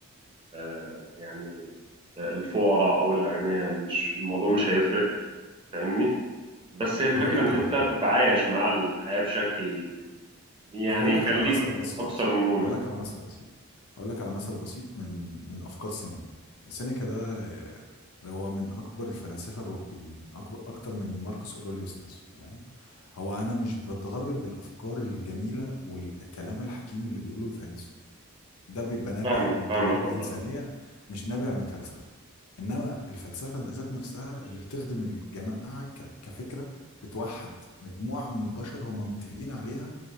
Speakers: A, on the right; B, on the left.
A: آه، يعني آه، الفقراء أو الأغنياء مش الموضوع مش هيفرق فاهمني بس هي الفكرة
B: هقول لك
A: إن
B: على
A: أنت
B: حاجه
A: تتعايش مع الحياة بشكل يعني
B: هقول لك
A: يخليك
B: على مثل بسيط
A: أكثر مرونة
B: هقول لك على مثل بسيط هقول لك على مثل بسيط من من افكار سينيكا سينيكا ده آه، هو من اكبر الفلاسفه الرواقيين اكبر اكتر من ماركوس اوروليوس نفسه تمام هو انا مش بتغرب بالافكار الجميله والكلام الحكيم اللي بيقوله الفيلسوف ده بيبقى نابع
A: فاهمك
B: من
A: فاهمك
B: تجربة
A: والله
B: إنسانية مش نابع من فلسفة إنما الفلسفة ذات نفسها اللي بتخدم الجماعة ك- كفكرة بتوحد مجموعة من البشر هم متفقين عليها